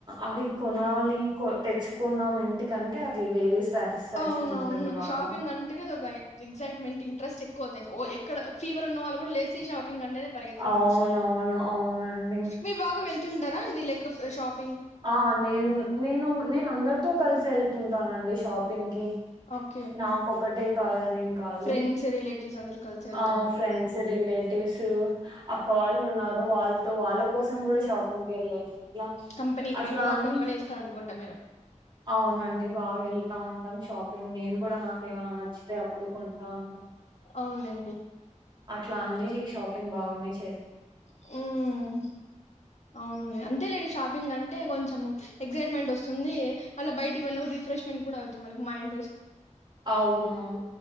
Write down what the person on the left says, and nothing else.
అవునవును
షాపింగ్ అంటేనే అది ఒక ఎగసైట్మెంట్ ఇంట్రెస్ట్ ఎక్కువ వచ్చేస్తా ఓ ఎక్కు ఇక్కడ ఫీవర్ ఉన్న వాళ్ళు కూడా లేస్త షాపింగ్ అంటేనే పరిగెత్తుకుంటూ
వస్తారు
మీరు బాగా వెళ్తార్ కొంటారా అండి లేక షాప్
ఓకే
ఫ్రెండ్స్ రిలేటివ్స్ అందరు కలిసి వెళ్తుంటారు
కంపెనీ
మీకు బాగా
కంపెనీ ఇస్తారనుకుంటా మీరు
అవునులేండి
హ్మ్ అవునులే అంతేలెండి షాపింగ్ అంటే కొంచె చము ఎక్సైట్మెంట్ వస్తుంది అలా బయటకి పోయినపుడు రిఫ్రెష్మెంట్ కుడా అవ్ మనకి మైండ్ ర్